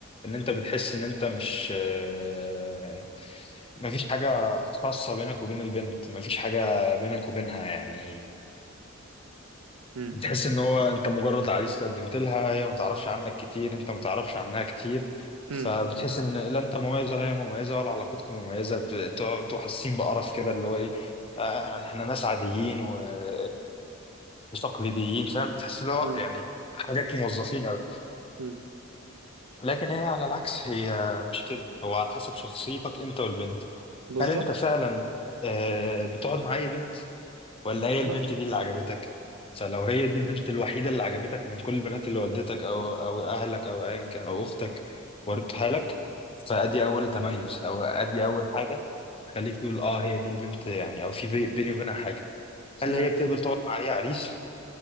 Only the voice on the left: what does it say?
ان انت بتحس ان انت مش آه مفيش حاجة خاصة بينك وبين البنت مفيش حاجة بينك وبينها يعني
بتحس ان هو انت مجرد عريس قدمت لها هي ما تعرفش عنك كتير انت ما تعرفش عنها كتير
فبتحس ان لا انت مميز ولا هي مميزه ولا علاقتكم مميزه بتبقوا حاسين بقرف كده اللي هو ايه آه، يعني احنا ناس عاديين ويعني تقليديين فاهم تحس اللي هو
يعني حاجات موظفين قوي
لكن هي على العكس هي مش كده هو على حسب شخصيتك انت والبنت
هل انت فعلا آه، بتقعد مع اي بنت ولا هي
البنت دي اللي عجبتك فلو هي دي البنت الوحيدة اللي عجبتك من كل البنات اللي والدتك أو أو أهلك أو أيا كان أو أختك وردتها لك فأدي أول تميز أو أدي أول حاجة خليك تقول أه هي دي البنت يعني أو في بي- بيني وبينها حاجة هل
هي بتقبل تقعد مع أي عريس؟